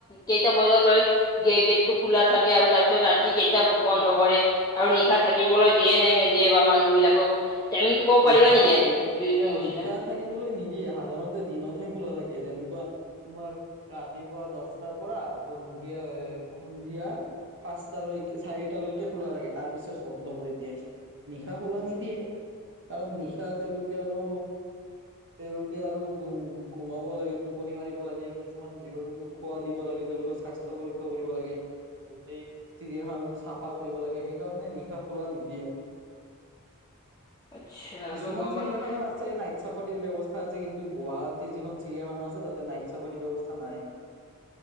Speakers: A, on the left (about 15°); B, on the right (about 55°).
A: কেইটা বজালৈ? গে-গেটটো খোলা থাকে আৰু তাৰ পিছত ৰাতি কেইটাত বন্ধ কৰে? আৰু নিশা থাকিবলৈ দিয়ে নে নিদিয়ে বা মানুহ বিলাকক? টাইমিংটো ক'ব
B: নিশা
A: পাৰিবা নেকি এনেই যদি তুমি গৈছিলা?
B: নিশা থাকিবলৈ নিদিয়ে সাধাৰণতে দিনতহে খোলা থাকে যেনেকুৱা তোমাৰ ৰাতিপুৱা দহটাৰ পৰা সন্ধিয়া এই সন্ধিয়া পাঁচটালৈকে চাৰিটালৈকে খোলা থাকে তাৰ পিছত বন্ধ কৰি দিয়ে। নিশা খোলা নিদিয়ে। কাৰণ নিশা তেওঁলোকে আৰু তেওঁলোকে আৰু উম ঘূমাব লাগে, টোপনি মাৰিব লাগে, কিছুমান জীৱ-জন্তু খোৱা দিব লাগে, তেওঁলোকৰ স্বাস্থ্য পৰীক্ষা কৰিব লাগে। গোটেই চিৰিয়াখানাটো চাফা কৰিব লাগে। সেইকাৰণে নিশা খোলা নিদিয়ে।
A: আতচ্ছা
B: কিছুমান
A: মই গম পালোঁ।
B: চিৰিয়াখানাত নাইট চাফাৰীৰ ব্যৱস্থা আছে। কিন্তু গুৱাহাটীৰ, যিখন চিৰিয়াখানা আছে, তাতে নাইট চাফাৰীৰ ব্যৱস্থা নাই।